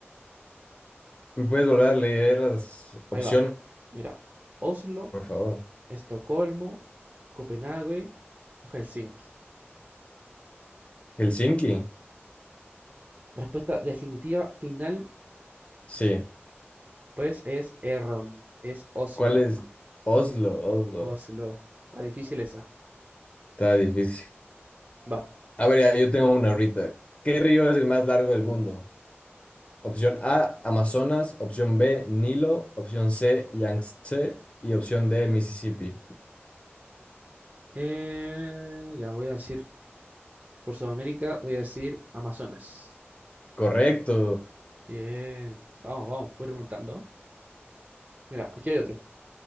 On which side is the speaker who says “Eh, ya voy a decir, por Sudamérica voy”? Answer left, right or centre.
Right